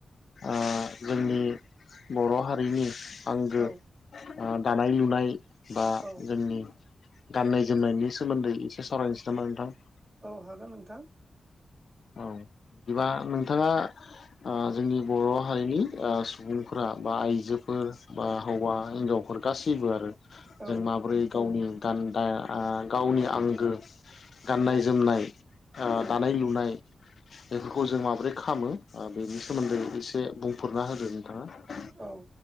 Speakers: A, on the left; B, on the right.
A: ओ जोंनि बर' हारिनि आंगो
B: औ
A: दानाय लुनाय बा
B: औ
A: जोंनि गाननाय जोमनायनि सोमोन्दै एसे सावरायनोसै नामा नोंथां
B: औ हागोन नोंथां
A: औ बिदिबा नोंथाङा जोंनि बर' हारिनि सुबुं फोरा बा आइजोफोर बा हौवा हिनजावफोर गासैबो आरो
B: औ
A: जों माबोरै गावनि गान गावनि आंगो गाननाय जोमनाय
B: औ
A: दानाय लुनाय बेफोरखौ जों माब्रै खालामो बेनि सोमोन्दै एसे बुंफोरना होदो नोंथाङा
B: औ